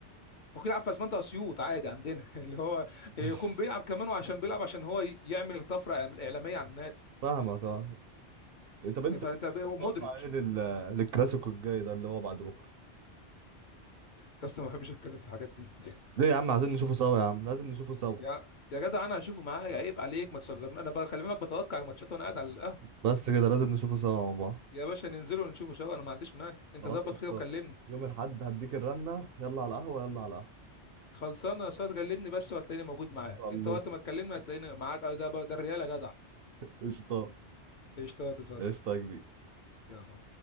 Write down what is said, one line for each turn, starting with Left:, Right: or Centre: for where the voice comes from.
Left: ممكن يلعب في اسمنت اسيوط عادي عندنا <laughs> اللي هو يكون
Right: <laughs>
Left: بيلعب كمان وعشان بيلعب عشان هو يعمل طفرة اعلامية على النادي
Right: فاهمك اه إيه، طب انت
Left: فانت ب-
Right: انت
Left: مودريتش
Right: تتوقع ايه لل... للكلاسيكو الجاي ده اللي هو بعد بكره
Left: يا اسطى ما بحبش اتكلم في الحاجات دي
Right: ليه يا عم عايزين نشوفه سوا يا عم لازم نشوفه سوا
Left: يا يا جدع انا هشوفه معايا عيب عليك ما تصغرني انا بقى خلي بالك بتوقع الماتشات وانا قاعد على القهوه
Right: بس كده لازم نشوفه سوا مع بعض
Left: يا باشا ننزل ونشوفه سوا انا ما عنديش مانع انت
Right: خلاص
Left: ظبط
Right: قشطة
Left: كده وكلمني
Right: يوم الاحد هديك الرنه يلا على القهوه يلا على القهوه
Left: خلصانه يا استاذ كلمني بس وهتلاقيني موجود معاك
Right: خلص
Left: انت وقت ما تكلمني هتلاقيني معاك أه، ده بقى- ده الريال يا جدع
Right: قشطة
Left: قشطه يا استاذ
Right: قشطة يا كبير
Left: يلا